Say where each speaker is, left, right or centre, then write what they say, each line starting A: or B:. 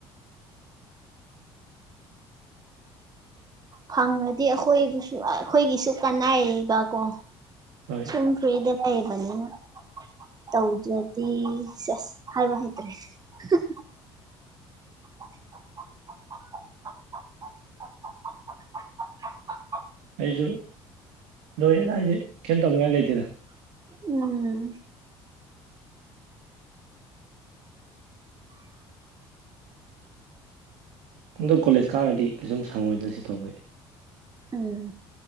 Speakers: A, on the right; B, on the right.
A: ꯐꯪꯔꯗꯤ ꯑꯩꯈꯣꯏꯕꯨꯁꯨ ꯑꯩꯈꯣꯏꯒꯤꯁꯨ ꯀꯅꯥꯏꯌꯦꯕꯀꯣ
B: ꯍꯣꯏ
A: <unintelligible> ꯐ꯭ꯔꯤꯗ ꯂꯩꯕꯅꯤꯅ ꯇꯧꯗ꯭ꯔꯗꯤ ꯁꯁ ꯍꯥꯏꯕ ꯍꯩꯇ꯭ꯔꯦ ꯍꯍ <unintelligible>
B: ꯑꯩꯁꯨ ꯂꯣꯏꯔꯦꯗꯥꯏꯗꯤ ꯀꯩꯝ ꯇꯧꯅꯤꯡꯉꯥꯏ ꯂꯩꯇꯦꯗ
A: ꯎꯝ
B: ꯑꯗꯣ ꯀꯣꯂꯦꯖ ꯀꯥꯔꯒꯗꯤ ꯀꯩꯁꯨꯝ ꯁꯪꯉꯣꯏꯗ ꯁꯤ ꯇꯧꯕꯩ
A: ꯎꯝ